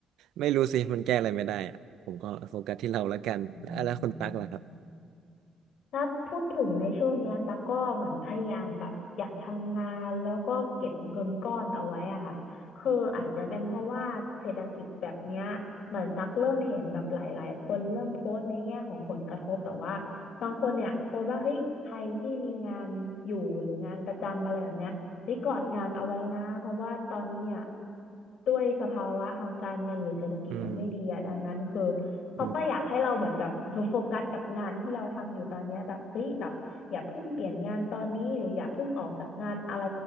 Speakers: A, on the right; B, on the left.
A: ไม่รู้สิมันแก้อะไรไม่ได้อะผมก็โฟกัสที่เราแล้วกันแล้วแล้วคุณตักล่ะครับ
B: อืม ถ้าพูดถึงในช่วงเนี้ยตั๊กก็เหมือนพยายามแบบอยากทำงานแล้วก็เก็บเงินก้อนเอาไว้อะค่ะคืออาจจะเป็นเพราะว่าเศรษฐกิจแบบเนี้ยเหมือนตั๊กเริ่มเห็นแบบหลายๆคนเริ่มโพสต์ในแง่ของผลกระทบแต่ว่าบางคนเนี่ยโพสต์ว่าเฮ้ยใครที่มีงานอยู่หรืองานประจำอะไรแบบเนี้ยรีกอดงานเอาไว้นะเพราะว่าตอนนี้อ่ะด้วยสภาวะทางการเงินหรือเศรษฐกิจมันไม่ดีอ่ะดังนั้นคือ
A: อืม
B: เขาก็อยากให้เราเหมือนแบบโฟกัสกับงานที่เราทำอยู่ตอนเนี้ยแบบเฮ้ยแบบอย่าเพิ่งเปลี่ยนงานตอนนี้หรืออย่าเพิ่งออกจากงานอะไร
A: อืม